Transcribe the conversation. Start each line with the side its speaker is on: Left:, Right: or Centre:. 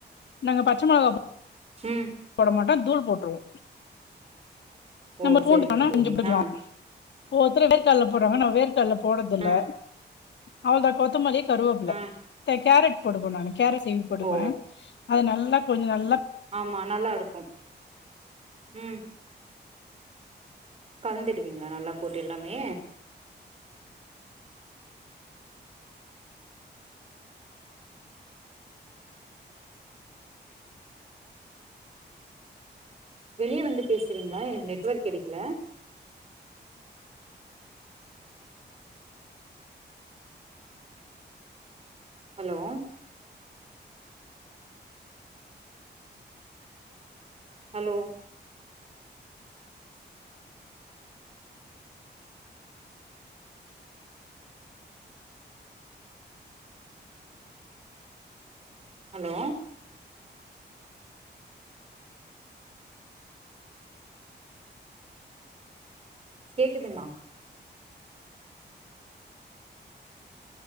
Left: நாங்க பச்ச மொளகா போட்
Right: ம்
Left: போட மாட்டோ தூள் போட்டுருவோ நம்ம
Right: ஓ
Left: பூண்டு
Right: சரிங்க
Left: <unintelligible> போட்டுக்கலா
Right: தோழி ஆ
Left: ஒவ்வொருத்தரு வேர்க்கல்ல போட்றாங்க நா வேர்க்கல்ல போட்றதில்ல
Right: ஆ
Left: அவ்ளோ தா கொத்தமலி கருவொப்பில
Right: ஆ
Left: த கேரட் போட்டுக்குவ நானே கேரட் சீவி போட்டுப்பே
Right: ஓ
Left: அது நல்லா லா கொஞ்சோ நல்லா
Right: ஆமா நல்லாருக்கு ம் கலந்துடுவீங்களா நல்லா போட்டு எல்லாமே வெளியே வந்து பேசுறீங்களா எனக்கு நெட்வொர்க் கெடைக்கல ஹலோ ஹலோ ஹலோ கேக்குதுன்னா